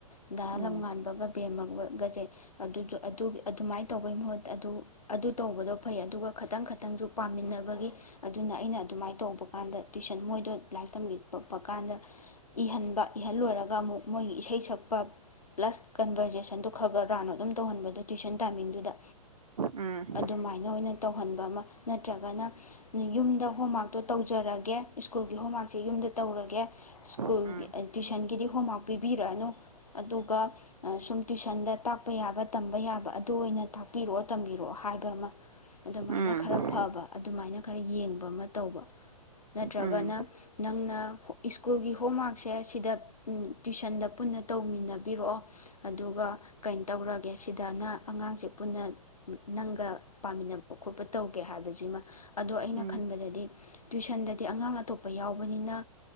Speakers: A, on the left (about 80°); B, on the right (about 75°).
A: ꯗꯥ
B: ꯎꯝ
A: ꯂꯝꯉꯥꯟꯕꯒ ꯕꯦꯝꯃꯒꯒꯁꯦ ꯑꯗꯨꯁꯨ ꯑꯗꯨꯒꯤ ꯑꯗꯨꯃꯥꯏꯅ ꯇꯧꯕꯩ ꯃꯍꯨꯠ ꯑꯗꯨ ꯑꯗꯨ ꯇꯧꯕꯗꯣ ꯐꯩ ꯑꯗꯨꯒ ꯈꯇꯪ ꯈꯇꯪꯁꯨ ꯄꯥꯝꯃꯤꯟꯅꯕꯒꯤ ꯑꯗꯨꯅ ꯑꯩꯅ ꯑꯗꯨꯃꯥꯏꯅ ꯇꯧꯕ ꯀꯥꯟꯗ ꯇ꯭ꯋꯏꯁꯟ ꯃꯣꯏꯗꯣ ꯂꯥꯏꯔꯤꯛ ꯇꯝꯕꯤ <unintelligible> ꯀꯥꯟꯗ ꯏꯍꯟꯕ ꯏꯍꯜꯂꯣꯏꯔꯒ ꯑꯃꯨꯛ ꯃꯣꯏꯒꯤ ꯏꯁꯩ ꯁꯛꯄ ꯄ꯭ꯂꯁ ꯀꯟꯕꯔꯖꯦꯁꯟꯗꯣ ꯈꯔ ꯈ ꯔꯥꯎꯟ ꯑꯗꯨꯝ ꯇꯧꯍꯟꯕꯗꯣ ꯇ꯭ꯋꯤꯁꯟ ꯇꯥꯏꯃꯤꯡꯗꯨꯗ
B: ꯎꯝ
A: ꯑꯗꯨꯃꯥꯏꯅ ꯑꯣꯏꯅ ꯇꯧꯍꯟ <unintelligible> ꯅꯠꯇ꯭ꯔꯒꯅ ꯌꯨꯝꯗ ꯍꯣꯝꯋꯔꯥꯛꯇꯣ ꯇꯧꯖꯔꯒꯦ ꯁ꯭ꯀꯨꯜꯒꯤ ꯍꯣꯝꯋꯔꯥꯛꯛꯁꯦ ꯌꯨꯝꯗ ꯇꯧꯔꯒꯦ ꯁ꯭ꯀꯨꯜ
B: ꯎꯝ
A: ꯇꯨꯏꯤꯁꯟꯒꯤꯗꯤ ꯍꯣꯝꯋꯔꯛ ꯑꯗꯨꯒ ꯑꯥ ꯁꯨꯝ ꯇꯨꯏꯁꯟ ꯇꯥꯛꯄ ꯌꯥꯕ ꯇꯝꯕ ꯌꯥꯕ ꯑꯗꯨ ꯑꯣꯏꯅ ꯇꯥꯛꯄꯤꯔꯛꯑꯣ ꯇꯝꯕꯤꯔꯛꯑꯣ ꯍꯥꯏꯕ ꯑꯃ ꯑꯗꯨꯃꯥꯏꯅ
B: ꯎꯝ ꯎꯝ
A: ꯈꯔ ꯐꯕ ꯑꯗꯨꯃꯥꯏꯅ ꯈꯔ ꯌꯦꯡꯕ ꯑꯃ ꯇꯧꯕ ꯅꯠꯇ꯭ꯔꯒꯅ
B: ꯎꯝ
A: ꯅꯪꯅ ꯁ꯭ꯀꯨꯜꯒꯤ ꯍꯣꯝꯋꯥꯔꯛꯁꯦ ꯁꯤꯗ ꯎꯝ ꯇ꯭ꯋꯤꯁꯟꯗ ꯄꯨꯟꯅ ꯇꯧꯃꯤꯟꯅꯕꯤꯔꯛꯑꯣ ꯑꯗꯨꯒ ꯀꯩꯅꯣ ꯇꯧꯔꯒꯦ ꯁꯤꯗꯅ ꯑꯉꯥꯡꯁꯦ ꯄꯨꯟꯅ ꯅꯪꯒ ꯄꯥꯃꯤꯟꯅꯕ ꯈꯣꯠꯄ ꯇꯧꯒꯦ ꯍꯥꯏꯕꯁꯤꯃ ꯑꯗꯣ ꯑꯩꯅ
B: ꯎꯝ
A: ꯈꯟꯕꯗꯗꯤ ꯇ꯭ꯋꯤꯁꯟꯗꯗꯤ ꯑꯉꯥꯡ ꯑꯇꯣꯞꯄ ꯌꯥꯎꯕꯅꯤꯅ